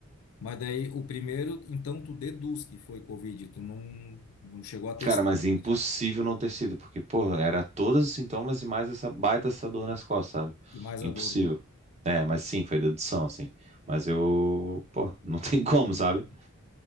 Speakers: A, on the left (about 80°); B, on the right (about 30°).
A: Mas daí o primeiro, então tu deduz que foi Covid, tu não, não chegou a testar
B: Cara, mas
A: positivo.
B: impossível não ter sido, porque, porra, era todos os sintomas e mais essa baita essa dor nas costas, sabe?
A: E mais
B: Impossível.
A: a dor, né?
B: É, mas sim, foi dedução, assim. Mas eu, pô, não <laughs> tem como, sabe?